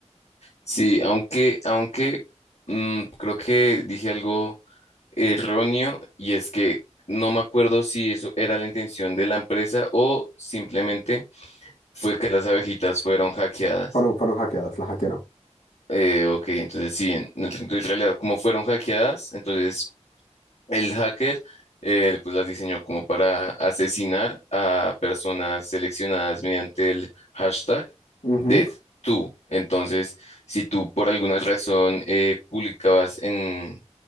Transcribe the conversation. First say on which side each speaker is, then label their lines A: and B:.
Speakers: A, on the left; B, on the left.
A: Sí, aunque, aunque mm, creo que dije algo. erróneo y es que no me acuerdo si eso era la intención de la empresa o simplemente fue que las abejitas fueron hackeadas.
B: Fueron, fueron hackeadas, las hackearon.
A: Eh, ok, entonces sí, en, entonces, en realidad como fueron hackeadas, entonces el hacker eh, pues las diseñó como para asesinar a personas seleccionadas mediante el hashtag
B: Ujú,
A: DeathTo. Entonces, si tú por alguna razón eh, publicabas en